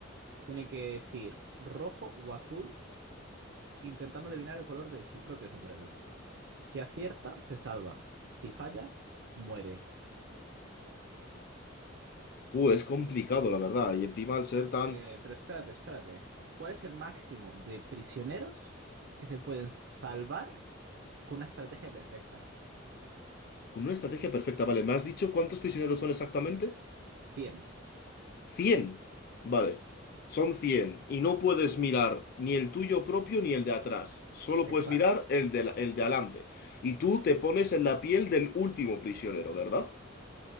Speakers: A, on the right; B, on the left.
A: tiene que decir rojo o azul, intentando adivinar el color de su propio sombrero. Si acierta, se salva. Si falla, muere.
B: Uh, es complicado, la verdad, y encima al ser tan...
A: Eh, pero espérate, espérate. ¿Cuál es el máximo de prisioneros que se pueden salvar con una estrategia perfecta?
B: con una estrategia perfecta, vale, ¿me has dicho cuántos prisioneros son exactamente?
A: Cien.
B: cien Vale, son 100 y no puedes mirar ni el tuyo propio ni el de atrás, solo
A: Exacto.
B: puedes mirar el de, la- el de adelante. Y tú te pones en la piel del último prisionero, ¿verdad?